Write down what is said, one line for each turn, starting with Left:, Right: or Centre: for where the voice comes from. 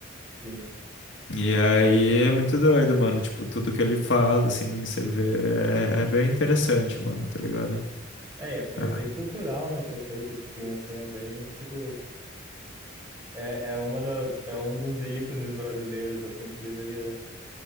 Right: sim,
Left: E aí
Right: pode crer.
Left: é muito doido, mano. Tipo, tudo que ele fala, assim, você vê, é, é bem interessante, mano, tá ligado?
Right: É, e é, e é
Left: É.
Right: bem cultural, né? Ter feito esse filme assim é bem, tipo. É, é, uma da, é um dos ícones brasileiros, assim, que deveria